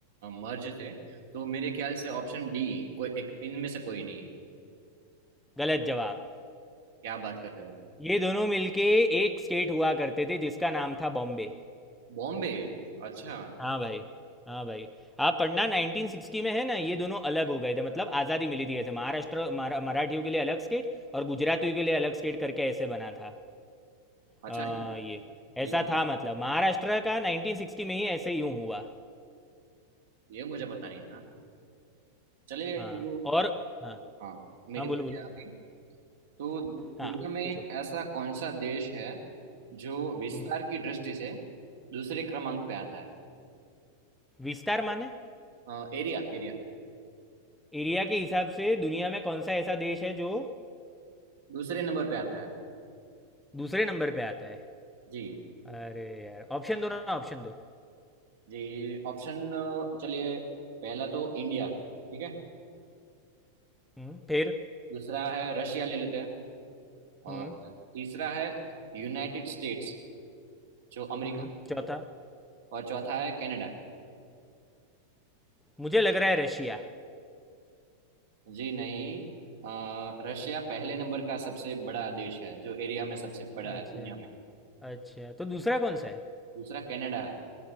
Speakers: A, on the right; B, in the centre.
A: मर्ज थे तो मेरे ख्याल से ऑप्शन डी कोई एक इनमें से कोई नहीं है।
B: गलत जवाब
A: क्या बात कर रहे हो
B: ये दोनों मिलके एक स्टेट हुआ करते थे जिसका नाम था बॉम्बे
A: बॉम्बे अच्छा
B: हाँ भाई हाँ भाई आप पढ़ना 1960 में है ना ये दोनों अलग हो गए थे मतलब आज़ादी मिली थी ऐसे महाराष्ट्र मरा- मराठियों के लिए अलग स्टेट और गुजरातियों के लिए अलग स्टेट करके ऐसे बना था
A: अच्छा
B: हाँ,
A: ये
B: ये ऐसा
A: ये
B: था मतलब महाराष्ट्र का 1960 में ही ऐसे यूं हुआ
A: ये मुझे पता नहीं था चलिए
B: हाँ
A: तो
B: और हाँ
A: हाँ मेरी
B: हाँ
A: बारी
B: बोलो बोलो
A: है अभी तो दुनिया
B: हाँ
A: में
B: पूछो
A: ऐसा कौन सा देश है जो विस्तार
B: हम्म
A: की दृष्टि से दूसरे क्रमांक पे आता है
B: विस्तार माने
A: अ, Area area
B: एरिया के हिसाब से दुनिया में कौन सा ऐसा देश है जो
A: दूसरे नंबर पे आता है
B: दूसरे नंबर पे आता है
A: जी
B: अरे यार ऑप्शन दो ना ऑप्शन दो
A: जी ऑप्शन अ, चलिए पहला तो इंडिया ठीक है
B: हम्म फिर
A: दूसरा है रशिया ले लेते हैं
B: हम्म
A: और तीसरा है यूनाइटेड स्टेट्स जो अमेरिका
B: हम्म चौथा
A: और चौथा है कनाडा
B: मुझे लग रहा है रशिया
A: जी नहीं अ, रशिया पहले नंबर का सबसे बड़ा देश है जो एरिया में सबसे बड़ा
B: अच्छा
A: है दुनिया में
B: अच्छा तो दूसरा कौन सा है
A: दूसरा कनाडा है